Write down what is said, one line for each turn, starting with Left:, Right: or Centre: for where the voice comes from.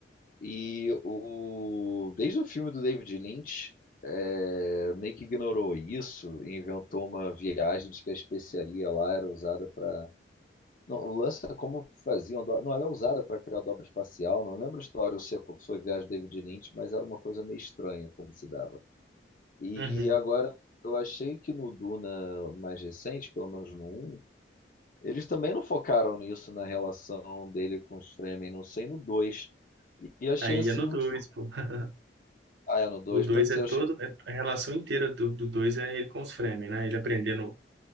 Left: E o, desde o filme do David Lynch, é, meio que ignorou isso e inventou uma viagem de que a especiaria lá era usada para. Não, o lance é como faziam. do- Não, ela é usada para criar dobra espacial. Não lembro a história se foi a viagem do David Lynch, mas era uma coisa meio estranha como se dava. E
Right: Uhum.
Left: agora, eu achei que no Duna mais recente, pelo menos no um eles também não focaram nisso na relação dele com os Fremen, não sei, no dois E achei
Right: Aí
Left: assim
Right: é no
Left: muito
Right: 2 pô. <laughs>
Left: Ah, é no 2
Right: O
Left: pode
Right: 2 é
Left: ser.
Right: todo,
Left: Eu achei...
Right: é- a relação inteira do do 2 é ele com os Fremen, né? Ele aprendendo